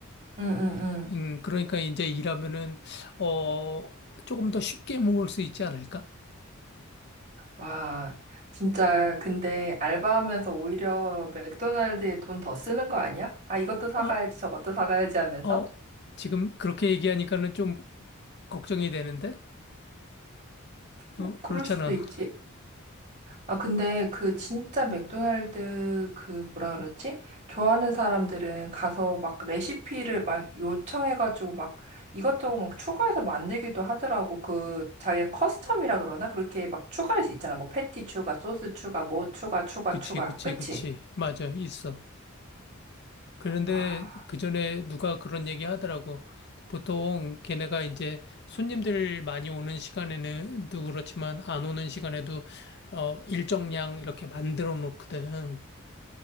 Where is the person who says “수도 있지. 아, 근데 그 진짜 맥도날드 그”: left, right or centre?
Right